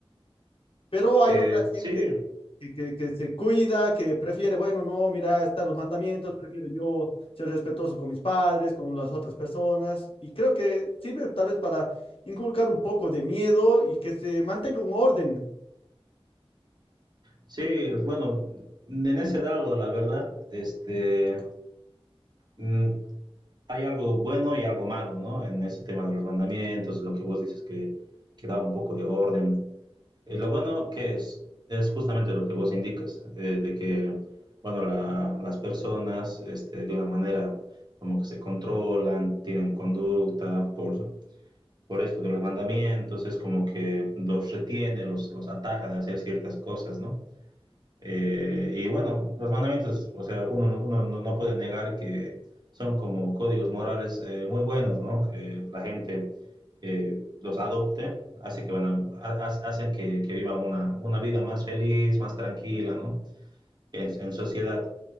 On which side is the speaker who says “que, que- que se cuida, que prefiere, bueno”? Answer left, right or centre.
Left